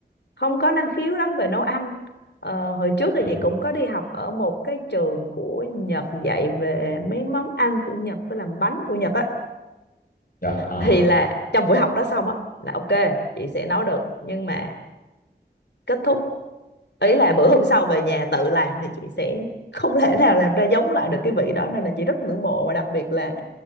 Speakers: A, on the left; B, on the left.
A: không có năng khiếu lắm về nấu ăn Ờ, hồi trước thì
B: Ừ.
A: chị cũng có đi học ở một cái trường của Nhật dạy về mấy món ăn của Nhật với làm bánh của Nhật á
B: dạ à
A: thì là trong buổi học đó xong á là ok chị sẽ nấu được nhưng mà kết thúc ý là bữa hôm sau về nhà tự làm thì chị sẽ không thể nào làm ra giống lại được cái vị đó nên là chị rất ngưỡng mộ và đặc biệt là